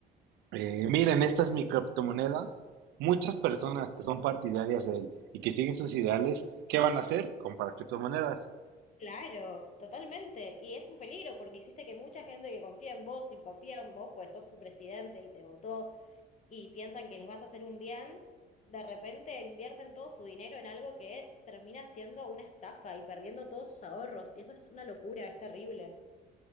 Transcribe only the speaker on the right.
eh, miren, esta es mi criptomoneda, muchas personas que son partidarias de él y que siguen sus ideales, ¿qué van a hacer? Comprar criptomonedas.